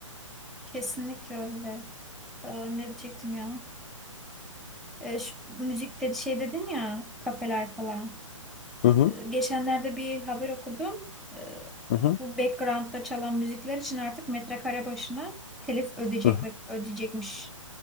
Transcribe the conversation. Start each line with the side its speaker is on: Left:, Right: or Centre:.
Centre: Kesinlikle öyle. Ee, ne diyecektim ya? Ee, şu müzik dedi şey dedin ya kafeler falan.
Left: hı hı,
Centre: Ee, geçenlerde bir haber okudum. E,
Left: hı hı.
Centre: Bu background'da çalan müzikler için artık metrekare başına telif ödeyecekler,
Left: hı hı.
Centre: ödeyecekmiş.